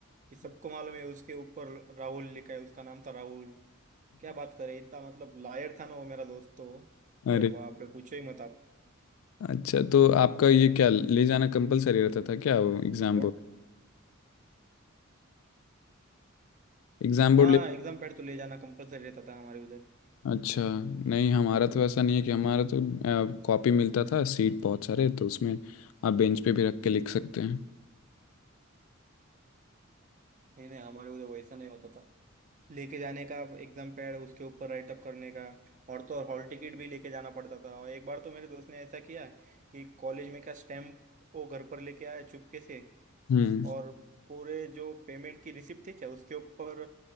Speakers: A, on the right; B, on the left.
A: कि सबको मालूम है उसके ऊपर राहुल लिखा है उसका नाम था राहुल क्या बात करे इतना मतलब लायर था ना वो मेरा दोस्त तो
B: <laughs>
A: अरे
B: अरे
A: बाप रे पूछो ही मत आप
B: अच्छा तो आपका ये क्या ले जाना कंपलसरी रहता था क्या वो एग्जाम
A: और
B: बोर्ड एग्जाम बोर्ड
A: हाँ
B: ले
A: एग्जाम पैड तो ले जाना कंपलसरी रहता था हमारे उधर
B: अच्छा नहीं हमारा तो ऐसा नहीं है कि हमारा तो कॉपी मिलता था सीट बहुत सारे तो उसमें आप बेंच पे भी रख के लिख सकते हैं
A: नहीं नहीं हमारे उधर वैसा नहीं होता था लेके जाने का एग्जाम पैड उसके ऊपर राइटअप करने का और तो और हॉल टिकट भी लेके जाना पड़ता था और एक बार तो मेरे दोस्त ने ऐसा किया कि कॉलेज में का स्टैम्प वो घर पर लेके आया चुपके से
B: हम्म
A: और पूरे जो पेमेंट की रिसिप्ट थी क्या उसके ऊपर